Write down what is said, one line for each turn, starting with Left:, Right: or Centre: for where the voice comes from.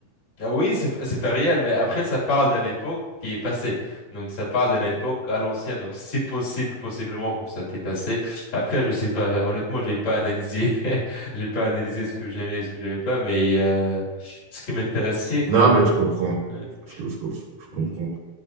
Left: Ah oui, c'est p- c'est pas réel, mais après, ça parle d'une époque qui est passée. Donc, ça parle d'une époque à l'ancienne. Donc, c'est possible, possiblement, que ça t'est passé. Après, je sais pas. Honnêtement, j'ai pas analysé. <laughs> J'ai pas analysé ce que j'aimais et ce que j'aimais pas, mais euh, ce qui m'intéressait quand
Right: Non,
Left: même.
Right: mais je comprends.
Left: euh,
Right: Je, je- je- je comprends.
Left: mm,